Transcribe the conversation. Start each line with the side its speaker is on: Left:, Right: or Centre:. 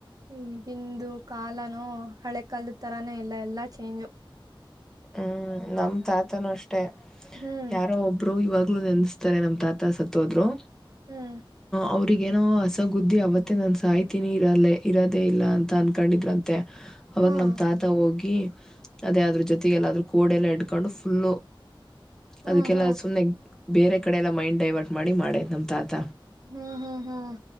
Right: ಈಗಿಂದು ಕಾಲನೋ ಹಳೆ ಕಲ್ ತರಾನೇ ಇಲ್ಲ ಎಲ್ಲಾ ಚೇಂಜ್
Centre: ಹ್ಮ್ ನಮ ತಾತನುೂ ಅಷ್ಟೇ
Right: ಹ್ಮ್
Centre: ಯಾರೋ ಒಬ್ಬ ಒರು ಇವಾಗ್ಲೂ ನೆನಸ್ತಾರೆ ನಮ್ ತಾತ ಸತ್ತೋದ್ರು
Right: ಹ್ಮ್
Centre: ಅವ್ರಗೇಏನೋ ಹೊಸಗುದ್ದಿ ಅವತ್ತೇ ನಾನ ಸಾಯ್ತೀಿನಿ ಇರಲ್ಲೇ ಇರೋದೇ ಇಲ್ಲ ಅಂತ ಅನ್ಕೊಂಡಿದ್ರಂತ ಅವಾಗ
Right: ಹ್ಮ್
Centre: ನಮ್ ತಾತ ಹೋಗಿ ಅದೇ ಅದ್ರ ಜೊತೆ ಲ್ಲಾದ್ರೂ ಕೋಡೆಲ್ಲ ಇಡ್ಕೊಂಡು ಫುಲ್ಲು
Right: ಹ್ಮ್
Centre: ಅದಕ್ಕೆಲ್ಲ
Right: ಹ್ಮ್
Centre: ಸುಮ್ನೆ ಬೇರೆ ಕಡೆ ಎಲ್ಲ ಮೈಂಡ್ ಡೈವರ್ಟ್ ಮಾಡಿ ಮಾಡೇ ನಮ್ ತಾತ
Right: ಹ್ಮ್ ಹ್ಮ್ ಹ್ಮ್